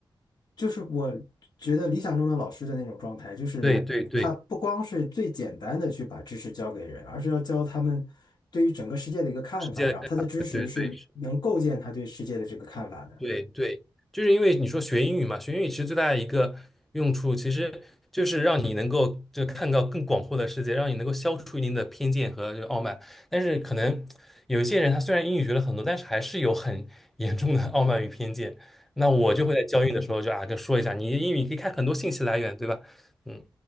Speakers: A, on the left; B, in the centre.
A: 就是我觉得理想中的老师的那种状态，就是他不光是最简单的去把知识教给人，
B: 对对对，
A: 而是要教他们对于整个世界的一个看法，
B: 世界，
A: 然后他的知识是能构建他对世界的这个看法的。
B: 对对对。对对，就是因为你说学英语嘛，学英语其实最大的一个用处，其实就是让你能够就看到更广阔的世界，让你能够消除一定的偏见和这个傲慢。但是可能有一些人，他虽然英语学了很多，但是还是有很 <laughs> 严重的傲慢与偏见。那我就会在教育的时候就啊，就说一下，你英语可以看很多信息来源，对吧？嗯，